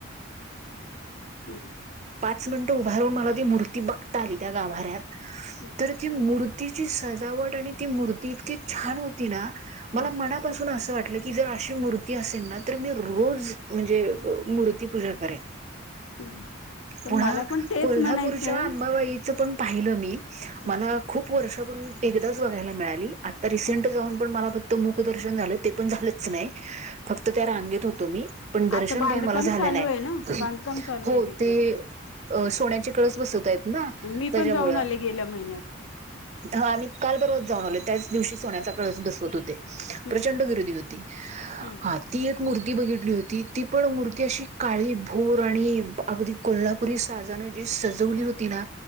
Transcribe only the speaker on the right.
च मिनटं उभार राून मला ती मूर्ती बघता आली त्या गाभाऱ्यात
तर ती मूर् तिची सजावट आणि ती मूर्ती इतकी छान होती ना मला
मनापासून असं वाटत. आपलं की जर अशी मूर्ती असेल ना तर मी रोज म्हणजे मूर्तीपूजा करेन.
पुन्हा
कोल्हापूरच्या
अंबाबाई पण पाहिलं मी
मला खूप वर्षापूर्ून एकदाच बघायला मिळाली. आता रिसेंट
जाऊन पण मला त मुखदर्शन झालं ते पण झालंच नाही फक्त त्या रांगेत होतो मी, पण दर्शन
काही मला झालं
नाही
हो
ते अ सोन्याचे कळस बसवतय ना
त्याच्यामुळे
हा आम्ही काल बरोबर जाऊन आलो. त्याच दिवशी सोन्याचा कळस बसवत होते
प्रचंड गरदी होती
हा ती मूर्ती बघितली होती ती पण मूर्ती अशी काळी भोर आणि अगदी कोल्हापुरी का सजवली होती ना